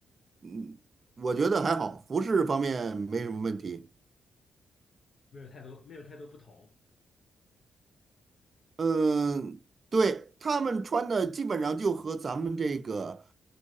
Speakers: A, on the right; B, on the left.
A: 嗯，我觉得还好，服饰方面没什么问题。
B: 没有太多没有太多不同，
A: 嗯，对，他们穿的基本上就和咱们这个